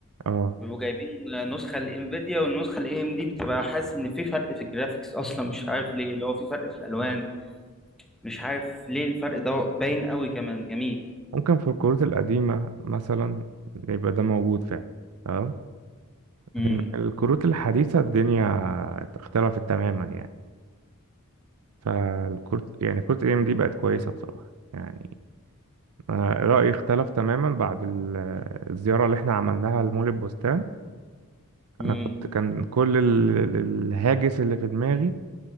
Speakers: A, on the right (about 70°); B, in the centre.
A: اه
B: بيبقوا جايبين نسخه الانفيديا والنسخه الاي ام دي بتبقى حاسس ان في فرق في الجرافيكس اصلا مش عارف ليه اللي هو في فرق في الالوان مش عارف ليه الفرق ده باين قوي كمان جميل
A: ممكن في الكروت القديمة مثلا يبقى ده موجود فعلا تمام
B: امم
A: لكن الكروت الحديثة الدنيا اختلفت تماما يعني فالكروت يعني كروت ام دي بقت كويسة بصراحة يعني أنا رأيي اختلف تماما بعد ال- الزيارة اللي احنا عملناها لمول البستان
B: امم
A: أنا كنت كان كل ال- ال- الهاجس اللي في دماغي